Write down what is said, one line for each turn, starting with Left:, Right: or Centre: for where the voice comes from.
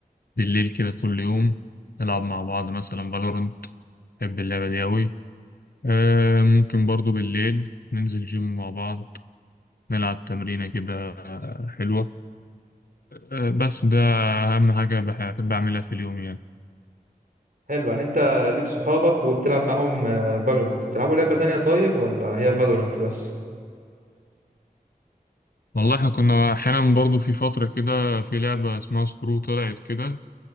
Left: بالليل كده كل يوم نلعب مع بعض مثلا فالورنت بحب اللعبه دي قوي أه ممكن برضو بالليل ننزل جيم مع بعض نلعب تمرينه كده آه، حلوه أه بس ده اهم حاجه بحب اعملها في اليوم يعني
Right: حلو يعني انت ليك صحابك وبتلعب معاهم فالورنت بتلعبوا لعبه تانية طيب ولا هي فالورنت بس
Left: والله احنا كنا احيانا برضو في فتره كده في لعبه اسمها سكرو طلعت كده